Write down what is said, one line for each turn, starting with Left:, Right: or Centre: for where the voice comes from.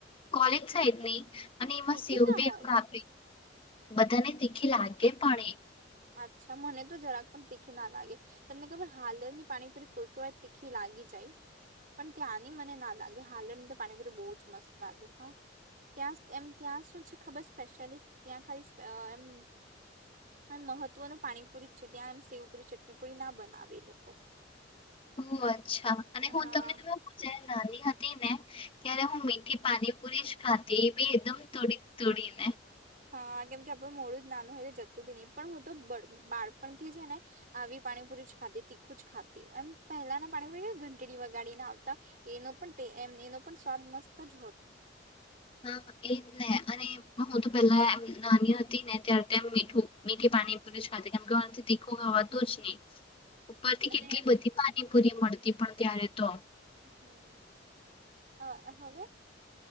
Left: કોલેજ સાઈડ ની અને એમાં
Right: તીખી
Left: સેવ બી
Right: હોય
Left: કા આપે. બધાને તીખી લાગ કે પાણી
Right: અચ્છા મને તો જરાક પણ તીખી ના લાગે. તમને ખબર હાલરની પાણીપુરી કોઈક વાર તીખી લાગી જાય. પણ, ત્યાંની મને ના લાગે. હાલરની તો પાણીપુરી બહુ જ મસ્ત લાગે હા. ત્યાં એમ ત્યાં શું છે ખબર સ્પેશલી ત્યાં ખાલી એમ પણ મહત્વનું પાણીપુરી જ છે. ત્યાં એમ સેવપુરી ચટણીપુરી ના બનાવે એ લોકો.
Left: ઓ અચ્છા. અને
Right: હા
Left: હું તમને <unintelligible> પછાય નાની હતી, ને ત્યારે હું મીઠી પાણી પુરી જ ખાતી. એ બી એકદમ તુંડી તુડીને.
Right: હા. કેમ કે આપડું મોડું જ નાનું હોય, જતું બી નહિ. પણ હું તો બ બાળપણથી જ ને આવી પાણીપુરી જ ખાતી, તીખું જ ખાતી. એમ પહેલાના પાણીપુરી ઘંટડી વગાડીને આવતા એનો પણ એમ એનો પણ સ્વાદ મસ્ત જ હોતો.
Left: હા. એજ ને અને હું તો પેલા એમ નાની હતી ને ત્યાર તેમ મીઠું, મીઠી પાણી <unintelligible> ખાતી કેમ કે હું આન થી તીખું ખવાતુંજ ની. ઉપર થી કેટલી
Right: અને
Left: બધી વાત <unintelligible> પૂરી મળતી પણ ત્યારે તો.
Right: હમ્મ, આ હવે